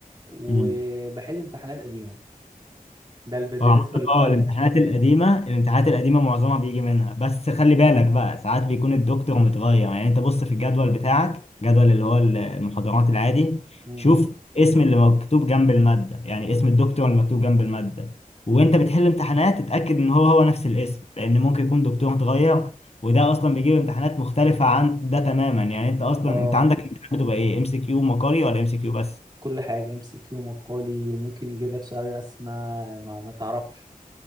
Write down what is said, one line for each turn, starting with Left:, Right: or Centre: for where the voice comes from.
Right: وبحل
Left: <laughs>
Right: امتحانات قديمة ده الب- بالنسبة
Left: هو عامة
Right: للفاينل
Left: اه الامتحانات
Right: يعني
Left: القديمة الامتحانات القديمة معظمها بيجي منها بس خلي بالك بقى ساعات بيكون الدكتور متغير يعني انت بص في الجدول بتاعك جدول اللي هو المحاضرات العادي
Right: مم.
Left: شوف اسم اللي مكتوب جنب المادة يعني اسم الدكتور اللي مكتوب جنب المادة وانت بتحل امتحانات اتأكد ان هو هو نفس الاسم لان ممكن يكون دكتور اتغير وده اصلا بيجيب امتحانات مختلفة عن ده تماما يعني انت اصلا
Right: اه
Left: انت عندك امتحانات بتبقى ايه ام سي كيو مقالي ولا ام سي كيو بس
Right: كل حاجة ام سي كيو مقالي ممكن يجيب لك سؤال رسمة ما, ما تعرفش